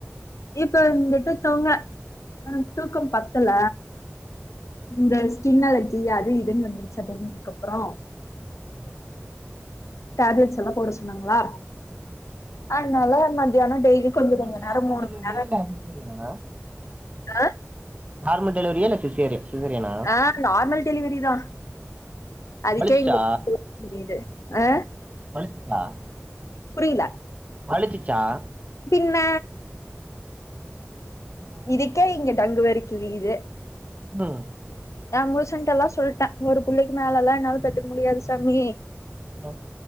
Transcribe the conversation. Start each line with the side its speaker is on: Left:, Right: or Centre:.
Left: இப்ப வந்துட்டு தூங்க அ தூக்கோ பத்தல இந்த ஸ்கின் அலர்ஜி அது இதுன்னு வந்துருச்சுட்டாந் கீது அதுக்கு அப்புறோ
Right: ம்
Left: டேப்லட்ஸ் எல்லா போட சொன்னாங்களா அந்னால மத்தியானோ டெய்லி கொஞ்ச
Right: உங்களுக்கு
Left: கொஞ்ச
Right: நார்மல்
Left: நேரோ மூணு
Right: டெலிவரியா
Left: மண்
Right: இல்ல சிசேரியண்ணா
Left: ஆ
Right: நார்மல் டெலிவரியா இல்ல சிசே சிசேரியனா
Left: ஆ நார்மல் டெலிவரி தா அதுக்கே
Right: வலிச்சுச்சா
Left: இஙகே போ முடியுது ஆ
Right: பல்ஸ் ஸா
Left: புரில்ல
Right: வளிச்சிச்சா
Left: பின்ன
Right: மோ
Left: இதுக்கே இங்க டங்கு வாரு கிழியுது
Right: அஹ்
Left: ஏ புருசன்ட ல்லா சொல்லிட்டே ஒரு புள்ளைக்கு மேல ல்லாம் என்னால பெத்துக்க முடியாது சாமி
Right: ஆ